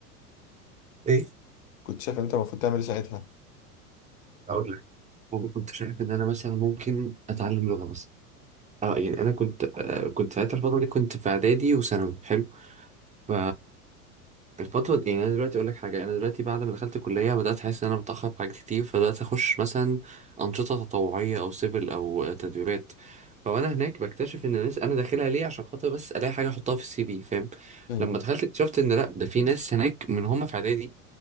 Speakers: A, on the right; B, on the left.
A: إيه؟
B: كنت شايف إن أنت المفروض تعمل إيه ساعتها
A: اقول لك انا كنت شايف ان انا مثلا ممكن اتعلم لغه مثلا اه يعني انا كنت آه كنت ساعتها الفتره دي كنت في اعدادي وثانوي حلو ف الفترة دي يعني أنا دلوقتي أقول لك حاجة أنا دلوقتي بعد ما دخلت الكلية بدأت أحس إن أنا متأخر في حاجات كتير فبدأت أخش مثلا أنشطة تطوعية أو سيفل أو تدريبات فوأنا هناك بكتشف إن الناس أنا داخلها ليه عشان خاطر بس ألاقي حاجة أحطها في السي في فاهم
B: مم.
A: لما دخلت اكتشفت إن لأ ده في ناس هناك من هما في إعدادي